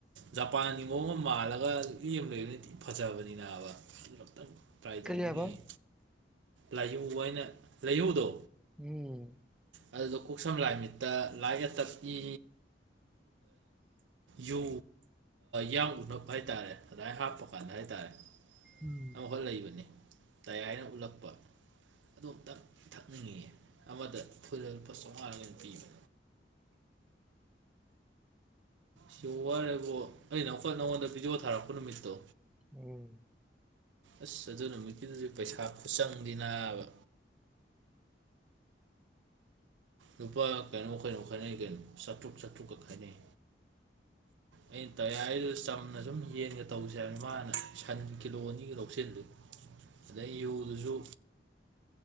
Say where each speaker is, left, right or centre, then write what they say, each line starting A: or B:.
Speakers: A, on the right; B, in the centre.
A: ꯖꯄꯥꯟꯒꯤ ꯃꯑꯣꯡ ꯑꯃ ꯃꯥꯜꯂꯒ ꯂꯤ ꯑꯃ ꯂꯩꯕꯅꯤꯗꯤꯤ ꯐꯖꯕꯅꯤꯅ ꯍꯥꯏꯕꯛꯇ ꯇꯥꯏ ꯇꯧꯅꯤꯡꯉꯤ
B: ꯀꯔꯤ ꯍꯥꯏꯕ
A: ꯂꯥꯏꯍꯧ ꯍꯥꯏꯅ ꯂꯥꯏꯍꯧꯗꯣ
B: ꯎꯝ
A: ꯑꯗꯨꯗ ꯀꯣꯛꯁꯝ ꯂꯥꯏꯃꯤꯠꯇ ꯂꯥꯏꯒ ꯇꯞꯀꯤ ꯌꯨ ꯌꯥ ꯎꯅꯕ ꯍꯥꯏꯇꯥꯔꯦ ꯑꯗꯨꯃꯥꯏ ꯍꯥꯞꯄ ꯀꯥꯟꯗ ꯍꯥꯏꯔꯦ ꯍꯥꯏꯇꯥꯔꯦ
B: ꯎꯝ
A: ꯑꯈ ꯂꯩꯕꯅꯦ ꯇꯌꯥꯥꯏꯅ ꯎꯠꯂꯛꯄ ꯑꯗꯨꯝꯇ ꯊꯛꯅꯤꯡꯉꯏ ꯑꯃꯗ ꯐꯨꯦꯜ ꯄꯁꯔꯒ ꯄꯕ ꯁꯤ ꯋꯥꯔꯦꯕꯣ ꯑꯩꯅ ꯑꯃꯨꯛꯀ ꯅꯉꯣꯟꯗ ꯚꯗꯤꯑꯣ ꯊꯥꯔꯛꯄ ꯅꯨꯃꯤꯠꯇꯣ
B: ꯎꯝ
A: ꯑꯁ ꯑꯗꯨ ꯅꯨꯃꯤꯠꯀꯤꯗꯨꯗꯤ ꯄꯩꯁꯥ ꯈꯨꯠꯆꯪꯗꯦꯅꯥꯕ ꯂꯨꯄꯥ ꯀꯩꯅꯣ ꯈꯩꯅꯣ ꯈꯥꯏꯅꯩ ꯀꯩꯅꯣ ꯆꯥꯇ꯭ꯔꯨꯛ ꯆꯥꯇ꯭ꯔꯨꯛꯀ ꯈꯥꯏꯅꯩ ꯑꯩꯅ ꯇꯌꯥꯔꯤꯗꯨꯗ ꯆꯝꯅ ꯁꯨꯝ ꯌꯦꯟꯒ ꯇꯧꯁꯦ ꯍꯥꯏꯕ ꯃꯥꯅ ꯁꯟ ꯀꯤꯂꯣ ꯑꯅꯤꯒ ꯂꯧꯁꯤꯟꯜꯂꯤꯦ ꯑꯗꯩ ꯌꯨꯗꯨꯁꯨ